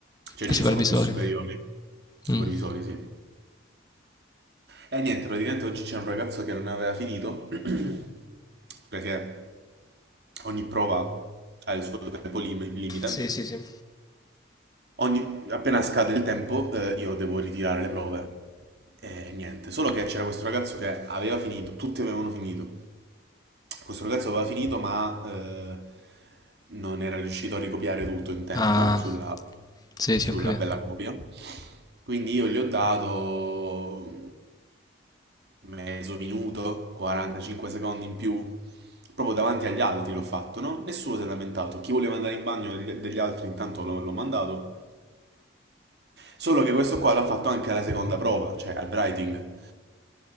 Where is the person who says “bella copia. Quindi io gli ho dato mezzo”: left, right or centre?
Right